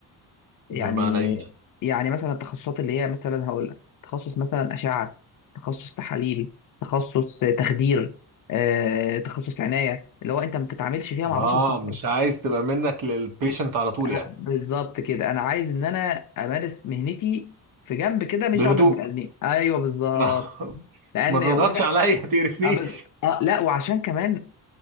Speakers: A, on the left; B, on the right.
A: يعني
B: بمعنى ايه يعني
A: يعني مثلا التخصصات اللي هي مثلا هقول لك تخصص مثلا اشعه تخصص تحاليل تخصص آه، تخدير آه، تخصص عنايه اللي هو انت ما بتتعاملش فيها
B: اه
A: مع بشر صحيح
B: مش عايز تبقى منك للبيشنت على طول
A: أنا-
B: يعني
A: بالظبط كده انا عايز ان انا امارس مهنتي في جنب كده مش
B: بهدوء
A: دعوه بالبني ادمين ايوه بالظبط
B: <laughs> آه،
A: لان
B: ما تضغطش
A: وجع-
B: عليا ما تقرفنيش
A: آه بز... آه لا وعشان كمان